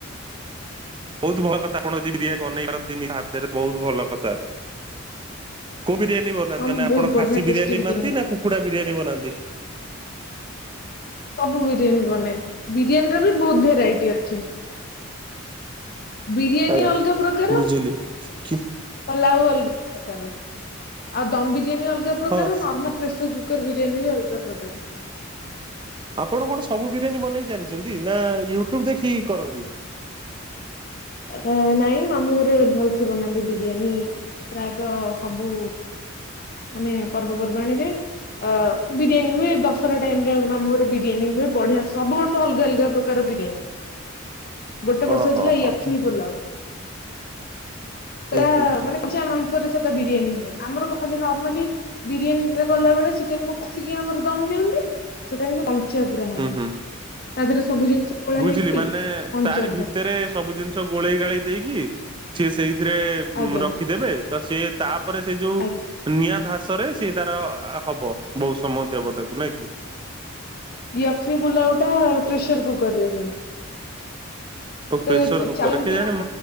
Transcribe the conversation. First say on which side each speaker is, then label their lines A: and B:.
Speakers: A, on the right; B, on the left.
A: ବହୁତ ଭଲ କଥା ଆପଣ ଯଦି ବିରିୟାନୀ ବନେଇ ପାରନ୍ତିନି ହାତରେ ବହୁତ ଭଲ କଥା। କୋଉ ବିରିୟାନୀ ବନାନ୍ତି
B: ହଁ ମୁଁ
A: ମାନେ ଆପଣ
B: ବହୁତ ବଢିଆ
A: ଖାସି
B: ଟେଷ୍ଟି
A: ବିରିୟାନୀ ବନାନ୍ତି
B: ବନାଏ।
A: ନା କୁକୁଡା ବିରିୟାନୀ ବନାନ୍ତି?
B: ସବୁ ବିରିୟାନୀ ବନାଏ ବିରିୟାନୀ ର ବି ବହୁତ ଭେରାଇଟି ଅଛି। ବିରିୟାନୀ
A: ଆଜ୍ଞା
B: ଅଲଗା ପ୍ରକାର
A: ବୁଝିଲି
B: ପଲାଉ
A: କି
B: ଅଲଗା ପ୍ରକାର ଆଉ ଦମ ବିରିୟାନୀ ଅଲଗା ପ୍ରକାର
A: ହଁ।
B: ନର୍ମାଲ ପ୍ରେସରକୁ କୁକର ବିରିୟାନୀ ବି ଅଲଗା ପ୍ରକାର।
A: ଆପଣ କଣ ସବୁ ବିରିୟାନୀ ବନେଇ ଜାଣିଛନ୍ତି ନା ୟୁଟୁବ ଦେଖି କରନ୍ତି।
B: ଅଃହ ନାଇଁ ମାମୁଁ ଗୋରେ ଭଲସେ ବନାନ୍ତି ବିରିୟାନୀ। ପ୍ରାୟତଃ ସବୁ ମାନେ ପର୍ବପର୍ବାଣୀରେ ଅ ବିରିୟାନୀ ହୁଏ ଦଶରା ଟାଇମରେ ମାମୁଁ ଘରେ ବିରିୟାନୀ ହୁଏ ବଢିଆ ସବୁ ବର୍ଷ ଅଲଗା ଅଲଗା ପ୍ରକାର ବିରିୟାନୀ ଗୋଟେ
A: ଓହୋ
B: ବର୍ଷ ହେଇଥିଲା
A: ହୋ
B: ୟଖ୍ନି
A: ହୁଁ
B: ପୋଲାଓ। ସେଟା
A: ହୁଁ
B: ମାନେ କଞ୍ଚା ମାଂସ୍ ହରେ ସେଟା ବିରିୟାନୀ ହୁଏ ଆମର ପା ଖାଲି ନର୍ମାଲି ବିରିୟାନୀରେ କଲା ବେଳେ ଚିକେନକୁ କଷିକି ଆମର ଦମ୍ ଦିଅନ୍ତି ସେଟା କିନ୍ତୁ କନ୍ ଚା ପୁରା ହବ
A: ହୁଁ ହୁଁ।
B: ତାଧେରେ ସବୁ ଜିନିଷ ଗୋଳା
A: ବୁଝିଲି
B: ହେଇକି
A: ମାନେ
B: କଞ୍ଚା
A: ତାରି
B: ପୁରା
A: ଭି ତେରେ ସବୁ ଜିନିଷ ଗୋଳେଇ ଗାଳେଇ ଦେଇକି ସିଏ ସେଇଥିରେ
B: ଆଜ୍ଞା
A: ଉଁ ରଖିଦେବେ ତ ସିଏ ତାପରେ ସେଇ ଯୋଉ
B: ଆଜ୍ଞା
A: ନିଆଁ ଧାସରେ ସିଏ ତାର ଆ ହବ ବୋହୁତ ସମୟ ଦିଆ ହବ ତାକୁ ନାଇଁ କି।
B: ୟଖ୍ନି ପୁଲାଉଟା ପ୍ରେସର କୁକରରେ ହୁଏ। ସେଇ
A: ଓ
B: <unintelligible>
A: ପ୍ରେସର କୁକର କେଜାଣି